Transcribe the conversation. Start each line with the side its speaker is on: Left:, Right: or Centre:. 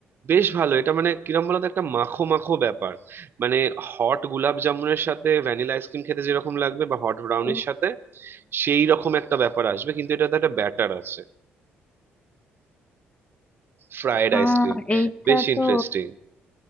Right: বেশ ভালো এটা মানে কিরম বলতো একটা মাখো মাখো ব্যাপার মানে হট গুলাব জামুনের সাথে ভ্যানিলা আইসক্রিম খেতে যেরকম লাগবে বা হট ব্রাউনির
Left: ও
Right: সাথে সেই রকম একটা ব্যাপার আসবে কিন্তু এটাতে একটা ব্যাটার আছে ফ্রায়েড আইসক্রিম
Left: আহ এইটা
Right: বেশ ইন্টারেস্টিং
Left: তো